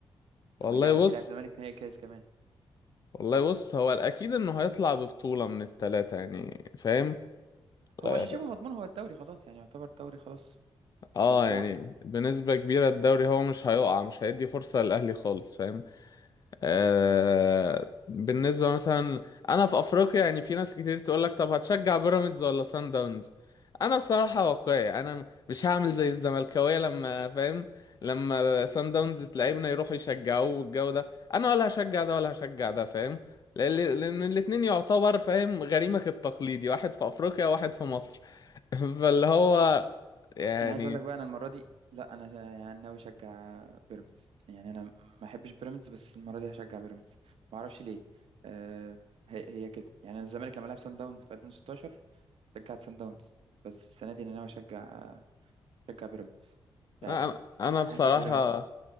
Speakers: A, on the left; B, on the right.
A: والله
B: او هيلعب هيلعب
A: بص
B: زمالك نهائي كاس كمان
A: والله بص هو الأكيد إنه هيطلع ببطولة من التلاتة يعني فاهم
B: هو
A: آه
B: اللي شبه مضمون هو الدوري خلاص يعني يعتبر الدوري خلاص
A: آه،
B: بقى بتاعه
A: يعني بنسبة كبيرة الدوري هو مش هيقع مش هيدي فرصة للأهلي خالص فاهم آه، بالنسبة مثلا أنا في أفريقيا يعني في ناس كتير تقولك طب هتشجع بيراميدز ولا سان داونز أنا بصراحة واقعي أنا مش هعمل زي الزملكاوية لما فاهم لما سان داونز تلاعبنا يروحوا يشجعوه والجو ده أنا ولا هشجع ده ولا هشجع ده فاهم لأن لأن الاتنين يعتبر فاهم غريمك التقليدي واحد في أفريقيا وواحد في مصر <laughs> فاللي هو يعني
B: انا عايز اقول لك بقى انا المره دي لا انا جا- يعني ناوي اشجع بيراميدز يعني انا ما احبش بيراميدز بس المره دي هشجع بيراميدز ما اعرفش ليه أه هي, هي كده يعني انا الزمالك لما لعب سان داونز في 2016 شجعت سان داونز بس السنه دي انا ناوي اشجع اشجع بيراميدز مش
A: أنا
B: عارف
A: أنا
B: حاسس
A: بصراحة
B: بيراميدز